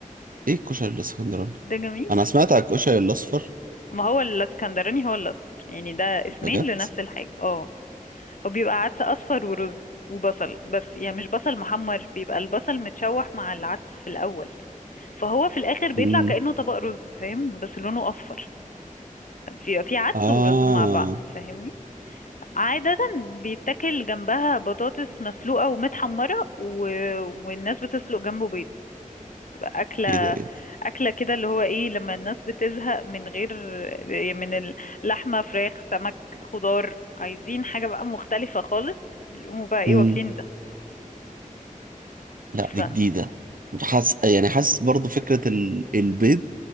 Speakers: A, on the right; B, on the left.
A: ايه الكشري الاسكندراني
B: ده جميل
A: انا سمعت على الكشري الاصفر
B: ما هو الاسكندراني هو الاصفر يعني ده اسمين
A: بجد
B: لنفس الحاجة اه هو بيبقى عدس اصفر ورز وبصل بس يعني مش بصل محمر بيبقى البصل متشوح مع العدس في الاول فهو في الاخر بيطلع
A: امم
B: كأنه طبق رز فاهم بس لونه اصفر بيبقى فيه عدس
A: اه
B: ورز مع بعض فاهمني عادة بيتاكل جنبها بطاطس مسلوقة ومتحمرة و... والناس بتسلق جنبه بيض تبقى أكلة
A: ايه ده ايه ده
B: أكلة كده اللي هو إيه لما الناس بتزهق من غير يعني من اللحمة فراخ سمك خضار عايزين حاجة بقى مختلفة خالص بيقوموا بقى إيه
A: مم.
B: واكلين ده
A: لا
B: ف
A: دي جديدة حاسس يعني حاسس برضو فكرة ال... البيض